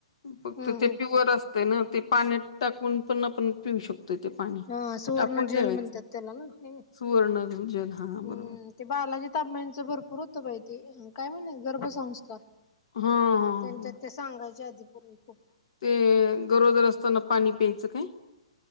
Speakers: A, on the left; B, on the left.
A: फक्त
B: हम्म
A: ते
B: हम्म
A: प्युअर असतं ना ते पाण्यात टाकून पण आपण पिऊ शकतोय ते पाणी
B: हा सुवर्ण
A: टाकून
B: जल
A: ठेवायचं
B: म्हणतात त्याला ना हे ना.
A: सुवर्ण दज हा बरोबर
B: हम्म ते बालाजी तांबांचं भरपूर होतं पाहिे काय म्हण गर्भसंस्कार
A: हा हा
B: त्यांच्यात
A: हा.
B: ते सांगायच्या आधी पूर्वी खूप
A: ते गरोदर असताना पाणी प्यायचं काय?